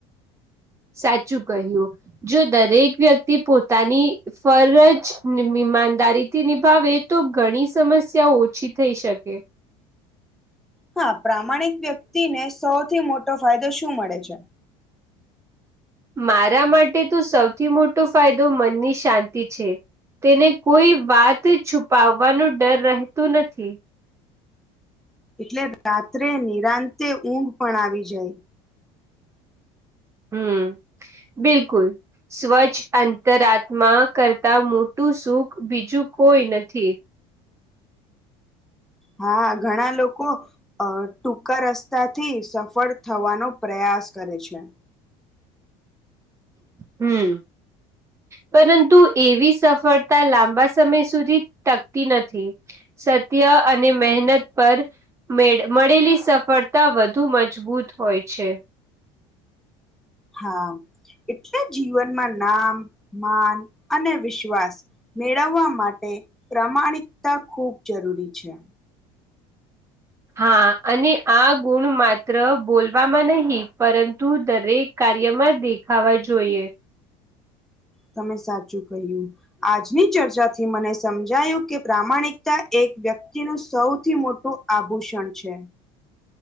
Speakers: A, on the right; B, in the centre.
A: સાચું કહ્યું જો દરેક વ્યક્તિ પોતાની ફરજ ઈમાનદારીથી નિભાવે તો ઘણી સમસ્યા ઓછી થઈ શકે.
B: હા પ્રામાણિક વ્યક્તિને સૌથી મોટો ફાયદો શું મળે છે.
A: મારા માટે તો સૌથી મોટો ફાયદો મનની શાંતિ છે. તેને કોઈ વાત છુપાવવાનો ડર રહેતું નથી.
B: એટલે રાત્રે નિરાંતે ઊંઘ પણ આવી જાય.
A: હમ બિલકુલ સ્વચ્છ અંતરાત્મા કરતા મોટું સુખ બીજું કોઈ નથી.
B: હા ઘણા લોકો અ ટૂંકા રસ્તા થી સફળ થવાનો પ્રયાસ કરે છે.
A: હમ પરંતુ એવી સફળતા લાંબા સમય સુધી ટકતી નથી. સત્ય અને મહેનત પર મેળ મળેલી સફળતા વધુ મજબૂત હોય છે.
B: હા એટલે જીવનમાં નામ માન અને વિશ્વાસ મેળવવા માટે પ્રામાણિકતા ખૂબ જરૂરી છે.
A: હા અને આ ગુણ માત્ર બોલવામાં નહી પરંતુ દરેક કાર્યમાં દેખાવા જોઈએ.
B: તમે સાચું કહ્યું. આજની ચર્ચાથી મને સમજાયું કે પ્રામાણિકતા એક વ્યક્તિનું સૌથી મોટું આભૂષણ છે.